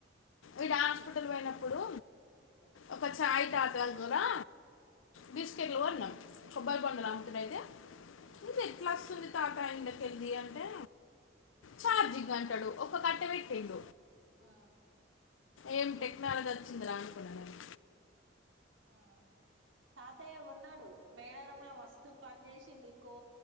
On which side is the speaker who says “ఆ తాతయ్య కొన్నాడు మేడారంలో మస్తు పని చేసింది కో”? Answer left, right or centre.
Right